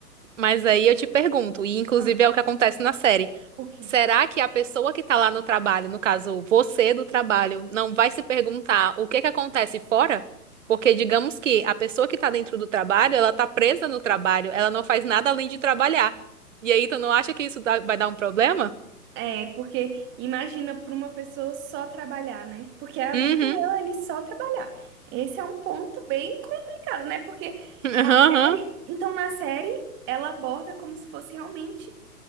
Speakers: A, on the right; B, on the right.
A: Mas aí eu te pergunto, e inclusive
B: Ah,
A: é o que acontece na série.
B: o quê?
A: Será que a pessoa que tá lá no trabalho, no caso, você do trabalho, não vai se perguntar o que que acontece fora? Porque digamos que a pessoa que tá dentro do trabalho, ela tá presa no trabalho, ela não faz nada além de trabalhar. E aí tu não acha que isso dá- vai dar um problema?
B: É, porque imagina para uma pessoa só trabalhar, né? Porque a
A: Uhum.
B: vida dela é ali só trabalhar. Esse é um ponto bem complicado, né? Porque
A: <laughs> Aham.
B: na série, então na série ela aborda como se fosse realmente